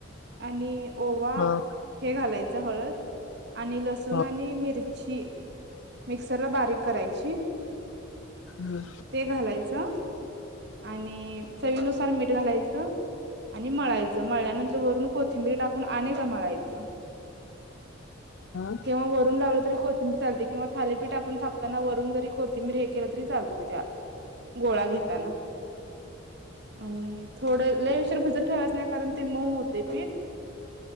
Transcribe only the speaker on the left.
हा
हो
हो
हो